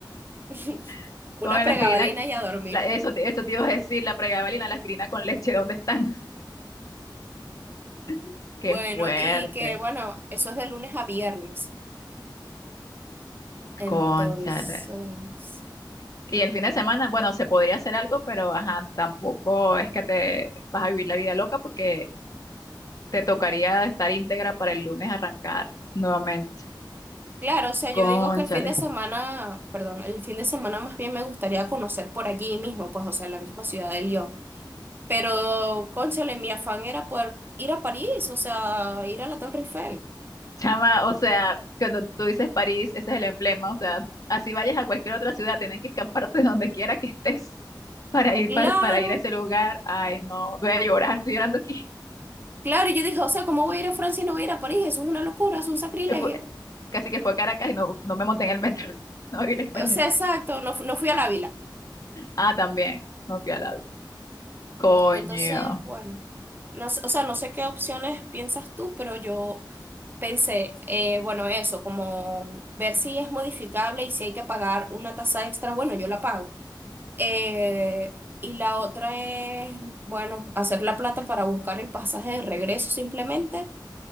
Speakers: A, on the right; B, on the left.
A: <laughs>
B: <laughs>
A: Una
B: Comen
A: pregabalina
B: la aspirina.
A: y a dormir.
B: la- eso, te- eso te iba a decir, la pregabalina, la aspirina con leche, ¿dónde están? <laughs> Qué
A: Bueno,
B: fuerte.
A: y que bueno, eso es de lunes a viernes. Entonces...
B: Cónchale. Y el fin de semana, bueno, se podría hacer algo, pero ajá, tampoco es que te vas a vivir la vida loca porque te tocaría estar íntegra para el lunes arrancar nuevamente.
A: Claro, o sea,
B: Cónchale.
A: yo digo que el fin de semana, perdón, el fin de semana más bien me gustaría conocer por allí mismo, pues, o sea, en la misma ciudad de Lyon. Pero, cónchale, mi afán era poder ir a París, o sea, ir a la Torre Eiffel.
B: Chama, o sea, cuando tú dices París, ese es el emblema, o sea, así vayas a cualquier otra ciudad, tienes que escaparte <laughs> de donde quiera que estés para ir
A: Claro,
B: pa- para ir a ese lugar. Ay, no, voy a llorar, estoy llorando aquí.
A: claro, y yo dije, o sea, ¿cómo voy a ir a Francia y no voy a ir a París? Eso es una locura, es un sacrilegio.
B: Eh, Fue, casi que fue a Caracas y no, no me monté en el metro, <laughs> no vi la experiencia.
A: O sea, exacto, no, fu- no fui a la Ávila.
B: Ah, también, no fui a la... Coño.
A: Entonces, bueno, no, sé- o sea, no sé qué opciones piensas tú, pero yo Pensé, eh, bueno, eso, como ver si es modificable y si hay que pagar una tasa extra, bueno, yo la pago. Eh, y la otra es, bueno, hacer la plata para buscar el pasaje de regreso simplemente.